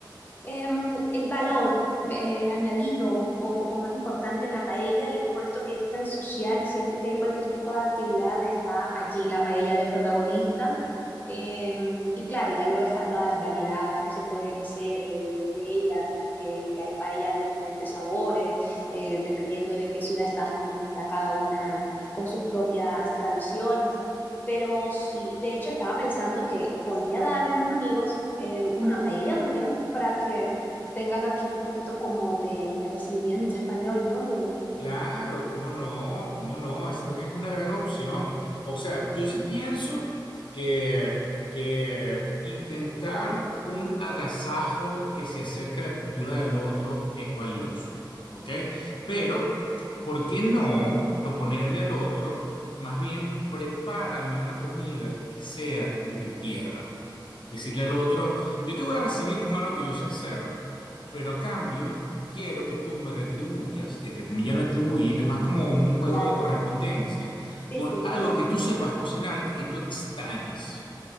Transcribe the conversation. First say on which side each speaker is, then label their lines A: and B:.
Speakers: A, on the left (about 20°); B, on the left (about 80°).
A: em, el valor eh, añadido o, o más importante en la paella y es por esto que es tan social y siempre que hay cualquier tipo de actividad está allí la paella de protagonista. Em, y claro, ya luego están todas las variedades que se pueden hacer de, de, de ellas, que, que hay paella de diferentes sabores, eh, dependiendo de qué ciudad estás, también está cada una con sus propias tradiciones. Pero sí, de hecho estaba pensando que podría darle a mis amigos eh, una paella también para que tengan aquí un poquito como de, de recibimiento español, ¿no? De,
B: Claro, cómo no, cómo no, esa también es una gran opción. O sea, yo sí pienso que, que intentar un agasajo que se acerque a la cultura del otro es valioso, ¿ok? Pero, ¿por qué no proponerle al otro, más bien, prepárame una comida que sea de tu tierra? Decirle al otro, yo te voy a recibir con algo que yo sé hacer pero a cambio quiero que tú me retribuyas, entre comillas retribuir, es más como un
A: y
B: juego
A: claro,
B: de correspondencia,
A: sí,
B: con
A: sí.
B: algo que tú sepas cocinar y que tú extrañes.